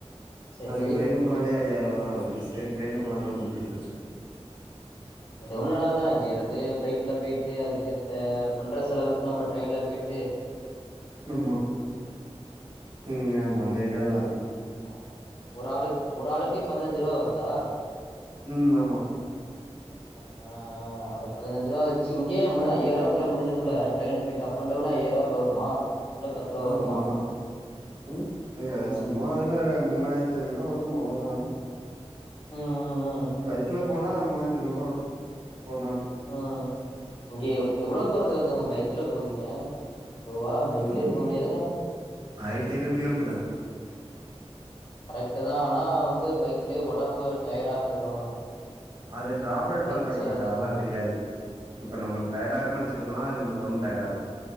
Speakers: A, on the left; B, on the right.
A: சரி
B: அதுக்கு ட்ரெயின்ல போனாலே ஐய்யாரோ ரோவாதா ஆவுது சேரி ட்ரெயலில போலாண்ட் ஒரு <unintelligible> தச்ச
A: அதுவு நல்லாதா இங்க இருந்து பிளைட்ல போயிட்டு அதுக்குத்த பண்ற செலவுக்கு நம்ம ட்ரெயின்ல பேயிட்டு
B: நம்மா ம் நம்மந்த
A: ம்
B: ஐடாலதா இருக்கோ
A: ஆமா ஒரு ஆளுக்கு ஒரு ஆளுக்கே பதினஞ்சு ரூவா வருதா
B: ம் ஆமா
A: ஆஹ அந்த பதிஞ்சரூவா வச்சி இங்கே மு ஐயயிர ரூவாக்குள்ள முஞ்சுரும்ல்ல ட்ரெயினல போயிட்டா அப் அன்டவுன் அயியாரூவாக்குள்ள வருமா இல்ல பத்து ரூவா
B: ஆமா
A: வருமா
B: ஆமா உம் இங்க
A: ம்
B: சும்மாதானா மூவாயிரத்தி ஐநூறுரூவா வரும் அவ்ளோ தா
A: ம் ம்
B: பைக்கில போனா மூவாயரத்தி ஐநூறுவா வரும் ஒரு நாள்
A: ஆ இங்கே எவ்ளோ தூரத்துந்துங்க பைக்ல போவீங்க கோவா பைக்லயே
B: ம்
A: போ முடியாதுல்ல
B: ஆயிரத்தி ஐநூறு கிலோமீட்டர் தான
A: கரெக்ட் தா ஆனா வந்து பைக்லே ஒடம்பு டயாடா போயிடு
B: அது ட்ராவல்
A: அலைச்சல்
B: பண்றவுங்களுக்கு
A: அதிகமா
B: அதெல்லா
A: இருக்கு
B: தெரியாது இப்ப நம்ம டயடா
A: ஓ
B: இருக்குன்னு நெனச்சிட்டு போனா அது நம்ம ஒடம்பு டயடாகு